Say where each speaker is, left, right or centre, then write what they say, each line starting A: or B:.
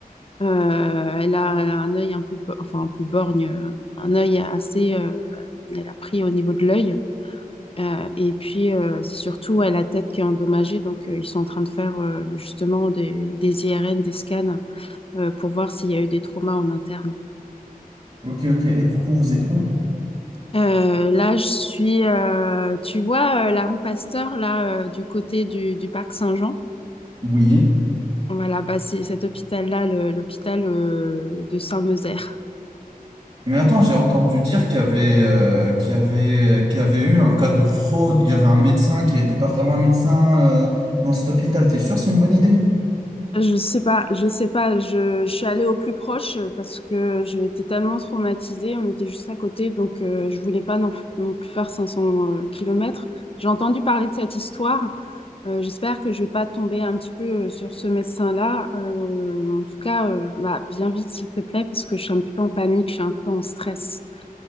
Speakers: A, on the left (about 40°); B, on the right (about 40°).
A: Euh, elle a un œil un peu, bo- enfin un peu borgne, euh, un œil assez. euh, elle a pris au niveau de l'œil. Euh, et puis, euh, c'est surtout, elle a la tête qui est endommagée. Donc, euh, ils sont en train de faire euh, justement des, des IRN, des scans euh, pour voir s'il y a eu des traumas en interne.
B: Ok, ok. Et du coup, vous êtes où?
A: Euh, là, je suis, euh, tu vois, euh, la rue Pasteur, là, euh, du côté du, du parc Saint-Jean.
B: Oui.
A: Voilà, bah, c'est cet hôpital-là, le- l'hôpital euh, de Saint-Meuzert.
B: Mais attends, j'ai entendu dire qu'il y avait, euh, qu'il y avait, qu'il y avait eu un cas de fraude, il y avait un médecin qui n'était pas vraiment un médecin euh, dans cet hôpital. T'es sûr que c'est une bonne idée?
A: Je sais pas, je sais pas, je, je suis allée au plus proche euh, parce que j'étais tellement traumatisée, on était juste à côté, donc euh, je voulais pas non, non plus faire 500 kilomètres. J'ai entendu parler de cette histoire Euh, j'espère que je vais pas tomber un petit peu euh, sur ce médecin-là. Euh, en tout cas, euh, bah, viens vite, s'il te plaît, parce que je suis un petit peu en panique, je suis un peu en stress.